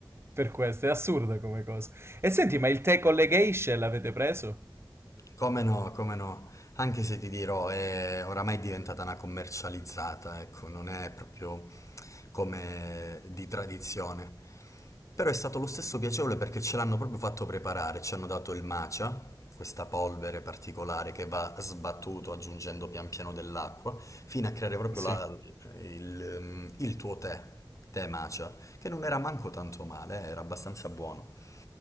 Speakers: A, on the right (about 30°); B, on the left (about 40°).
A: per questo. È assurda come cosa. E senti, ma il tè con le geishe l'avete preso?
B: Come no, come no, anche se ti dirò, è oramai è diventata una commercializzata, ecco, non è proprio come di tradizione. Però è stato lo stesso piacevole perché ce l'hanno proprio fatto preparare, ci hanno dato il matcha, questa polvere particolare che va sbattuto aggiungendo pian piano dell'acqua, fino a creare proprio
A: Sì.
B: la- il, il tuo tè, tè matcha, che non era manco tanto male, eh, era abbastanza buono.